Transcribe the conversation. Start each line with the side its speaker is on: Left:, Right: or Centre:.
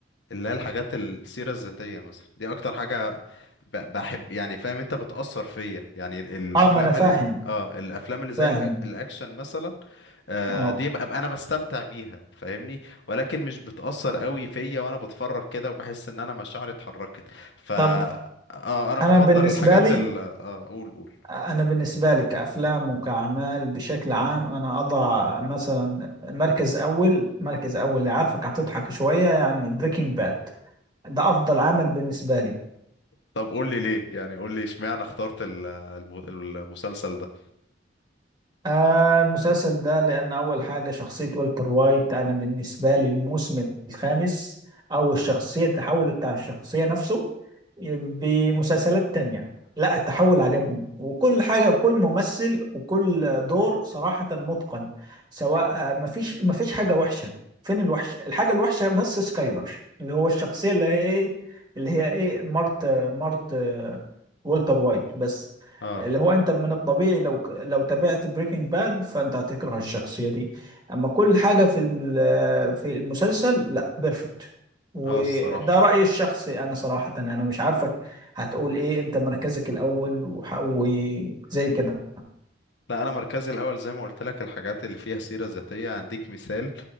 Left: اللي هي الحاجات السيرة الذاتية مثلا دي أكتر حاجة ب- بحب يعني فاهم أنت بتأثر فيا يعني ال- الأفلام
Right: آه ما أنا فاهم
Left: ال... اه الأفلام اللي زي
Right: فاهم
Left: الأ- الأكشن مثلا آه
Right: آه
Left: دي ببقى أنا بستمتع بيها فاهمني ولكن مش بتأثر قوي فيا وأنا بتفرج كده وبحس إن أنا مشاعري اتحركت ف اه
Right: طب
Left: أنا
Right: أنا
Left: بفضل
Right: بالنسبة
Left: الحاجات
Right: لي
Left: ال اه قول قول
Right: أنا بالنسبة لي كأفلام وكأعمال بشكل عام أنا أضع مثلا مركز أول مركز أول اللي عارفك هتضحك شوية يعني بريكنج باد ده أفضل عمل بالنسبة لي
Left: طب قول لي ليه يعني قول لي اشمعنى اخترت ال- الم- المسلسل ده
Right: آه المسلسل ده لأن أول حاجة شخصية والتر وايت أنا بالنسبة لي الموسم الخامس أو الشخصية التحول بتاع الشخصية نفسه بمسلسلات تانية لا التحول عجبني وكل حاجة كل ممثل وكل دور صراحة متقن سواء آه، مفيش مفيش حاجة وحشة فين الوحش الحاجة الوحشة بس سكايلر اللي هو الشخصية اللي هي إيه اللي هي إيه مرت مرت آه، والتر وايت بس
Left: اه
Right: اللي هو انت من الطبيعي لو لو تابعت بريكنج باد فانت هتكره الشخصية دي اما كل حاجة في الم- في المسلسل لا بيرفكت وده
Left: اه الصراحة
Right: رأيي الشخصي انا صراحة انا مش عارفك هتقول ايه انت مركزك الاول وح- وزي كده
Left: لا انا مركزي الاول زي ما قلت لك الحاجات اللي فيها سيرة ذاتية هديك مثال